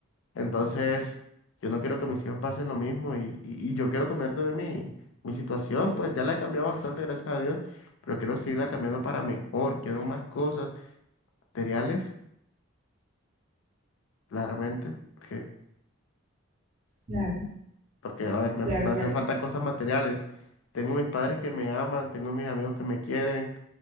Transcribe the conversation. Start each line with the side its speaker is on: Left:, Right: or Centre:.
Left: Entonces, yo no quiero que mis hijos pasen lo mismo y, y, y yo quiero cambiar de mi, mi situación, pues ya la he cambiado bastante, gracias a Dios, pero quiero seguirla cambiando para mejor, quiero más cosas materiales, claramente, porque
Right: claro,
Left: porque, a ver, me,
Right: claro,
Left: me
Right: claro.
Left: hacen falta cosas materiales. Tengo mis padres que me aman, tengo mis amigos que me quieren,